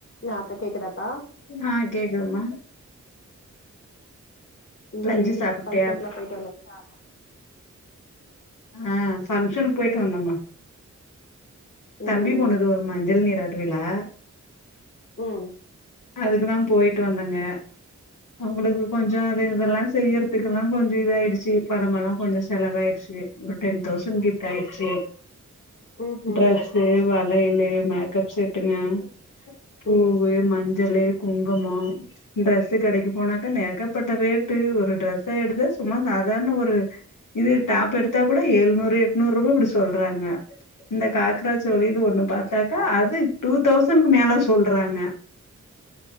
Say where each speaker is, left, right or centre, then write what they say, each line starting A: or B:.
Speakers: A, on the left; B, on the left.
A: நா இப்ப கேக்குதாக்கா
B: ஆ கேக்குது மா
A: ம்
B: லஞ்சு சாப்பிட்டியா
A: ஃபங்க்ஷன்க்ல்லா போயிட்டு வந்தாச்சா
B: ஆ பங்ஷனுக் போயிட்டு வந்தம்மா
A: ம்
B: தம்பி பொண்ணுது ஒரு மஞ்சள் நீராட்டுவிழா
A: ம்
B: அதுக்கு தா போயிட்டு வந்தங்க அவுங்களுக்கு கொஞ்சோ அது இதெல்லா செய்யறதுக்குல்லா கொஞ்சோ இதாயிடுச்சு பணம் எல்லா கொஞ்சோ செலவாயிடுச்சு ஒரு டென் தௌசண்ட் கிட்ட ஆயிடுச்சு
A: ம்ஹும்
B: டரெஸ்சு‌ வளையலு மேக்கப் செட்டுங்க பூவு
A: ம்
B: மஞ் சலு குங்குமோ ட்ரெஸ்சு கடைக்கு போனாக்கா நேகப்பட்ட ரேட்டு ஒரு ட்ரெஸ்ச எடுத்தா சும்மா சாதார்ண ஒரு இது டாப் எடுத்தா கூட எழுநூறு எட்நூறுபா அப்டி சொல்றாங்க இந்த காக்ரா சோலின்னு ஒண்ணு பாத்தாக்கா
A: ஆ
B: அது டூதௌசண்க்கு மேல சொல்றாங்க